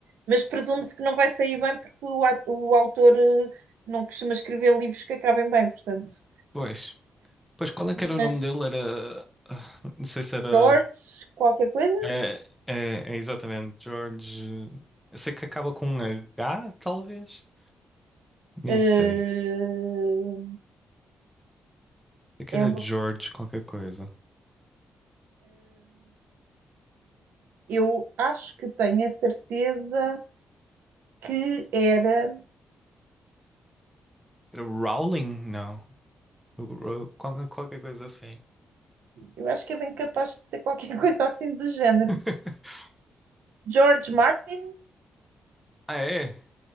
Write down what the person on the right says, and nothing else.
Mas presume-se que não vai sair bem porque o, at- o autor eh, não costuma escrever livros que acabem bem, portanto.
Mas
George, qualquer coisa?
eh,
é
uma,
eu acho que tenho a certeza que era.
Eu acho que é bem capaz de ser qualquer <laughs> coisa assim do género.
George Martin?